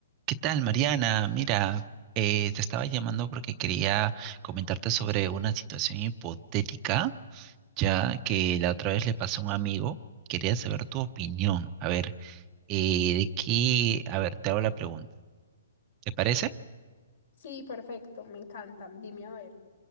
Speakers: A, on the right; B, on the left.
A: ¿Qué tal, Mariana? Mira, eh, te estaba llamando porque quería comentarte sobre una situación hipotética, ya que la otra vez le pasó a un amigo. Quería saber tu opinión. A ver, eh, de qué, a ver, te hago la pregunta. ¿Te parece?
B: Sí, perfecto, me encantan. Dime a ver.